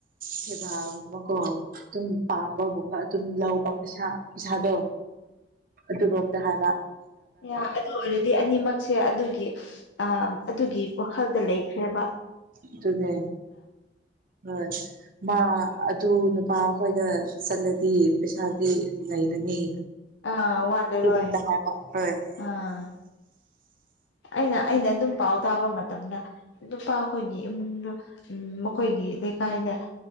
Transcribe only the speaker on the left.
ꯌꯥ ꯑꯗꯨ ꯑꯣꯏꯔꯗꯤ ꯑꯅꯤꯃꯛ ꯁꯦ ꯑꯗꯨ ꯑ ꯑꯗꯨꯒꯤ ꯋꯥꯈꯜꯗ ꯂꯩ ꯈꯔ꯭ꯦꯕ
ꯑꯥ ꯋꯥꯠꯂꯔꯣꯏ
ꯑꯥ ꯑꯩꯅ ꯑꯩꯅ ꯑꯗꯨꯝ ꯄꯥꯎ ꯇꯥꯕ ꯃꯇꯝꯗ ꯅꯨꯄꯥ ꯑꯩꯈꯣꯏꯒꯤ ꯏꯃꯨꯡꯗꯣ ꯃꯈꯣꯏꯒꯤ ꯂꯩꯀꯥꯏꯗ